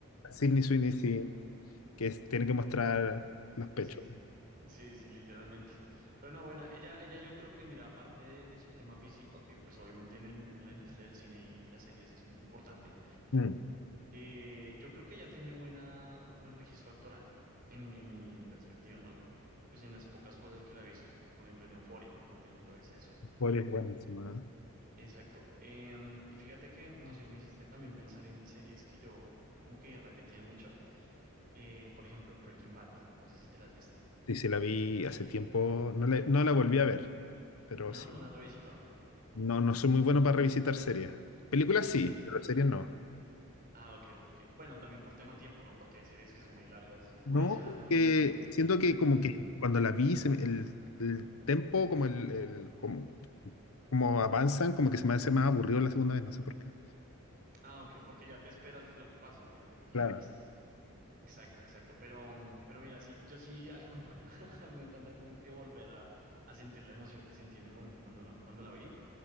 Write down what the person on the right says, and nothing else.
Sí, sí, sí, literalmente. Pero no, bueno, ella, ella yo creo que, mira, aparte de, de su tema físico, que pues obviamente en el, en la industria del cine y las series es importante,
Eh, yo creo que ya tiene buena, buen registro actoral, en, en mi perspectiva, ¿no? Pues en las pocas cosas que la he visto, por ejemplo en Euforia, volviendo otra vez a eso.
Exacto. Em, y fíjate que, no sé, me hiciste también pensar en series que yo como que repetía mucho. Eh, por ejemplo, Breaking Bad, no sé si te la has visto.
No, no la he revisitado.
¿Sí?
Ah, ok, ok. Bueno, también por tema tiempo, ¿no? Porque hay series que son muy largas. Grey's
Anatomy,
por ejemplo.
Ugh.
Ah, ok, porque ya te esperas lo que pasa, obviamente, porque
ya lo viste. Exacto, exacto. Pero, mm, pero mira, sí, yo sí, al contrario, <laughs> me encanta como que volver a, a sentir la emoción que sentí en el momento cuando la, cuando la vi.